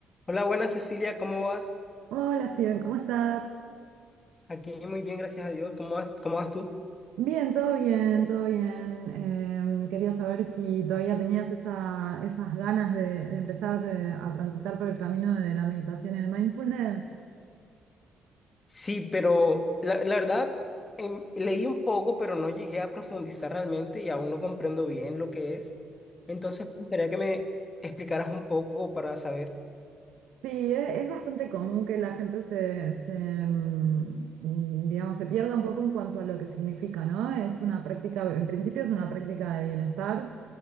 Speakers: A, on the left (about 30°); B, on the right (about 80°).
A: Hola, buenas Cecilia, ¿cómo vas?
B: Hola Steven, ¿cómo estás?
A: Aquí muy bien, gracias a Dios. ¿Cómo vas, cómo vas tú?
B: Bien, todo bien, todo bien. Em, quería saber si todavía tenías esa- esas ganas de, de empezar eh, a transitar por el camino de la meditación y el mindfulness.
A: Sí, pero la, la verdad, em, leí un poco, pero no llegué a profundizar realmente y aún no comprendo bien lo que es. Entonces, me gustaría que me explicaras un poco para saber
B: Sí, e- es, bastante común que la gente se, se, mm, mm, digamos, se pierda un poco en cuanto a lo que significa, ¿no? Es una práctica, en principio es una práctica de bienestar.